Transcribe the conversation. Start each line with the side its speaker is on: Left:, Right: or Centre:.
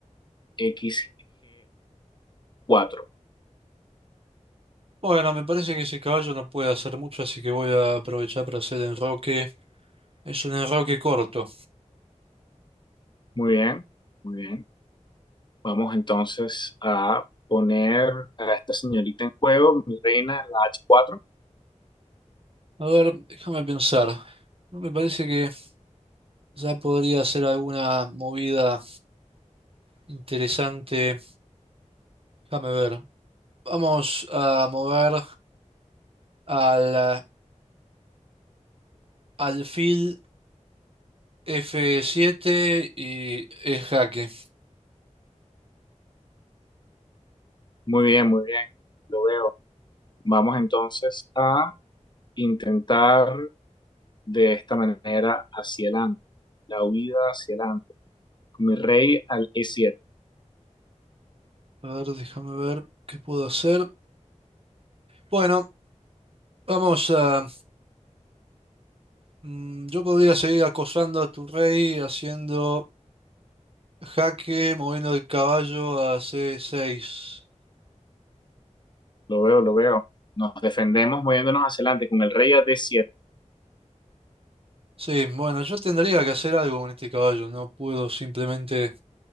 Left: xg cuatro
Right: Bueno, me parece que ese caballo no puede hacer mucho, así que voy a aprovechar para hacer enroque. Es un enroque corto.
Left: Muy bien, muy bien. Vamos entonces a poner a esta señorita en juego, mi reina, la h cuatro
Right: A ver, déjame pensar. No me parece que ya podría ser alguna movida interesante. Déjame ver. Vamos a mover al alfil F7 y es jaque.
Left: Muy bien, muy bien, lo veo. Vamos entonces a intentar de esta manera hacia adelante, la huida hacia adelante, mi rey al e siete
Right: A ver, déjame ver qué puedo hacer. Bueno, vamos a... mm, Yo podría seguir acosando a tu rey haciendo jaque, moviendo el caballo a C6.
Left: Lo veo, lo veo. Nos defendemos moviéndonos hacia adelante con el rey a d siete
Right: Sí, bueno, yo tendría que hacer algo con este caballo, no puedo simplemente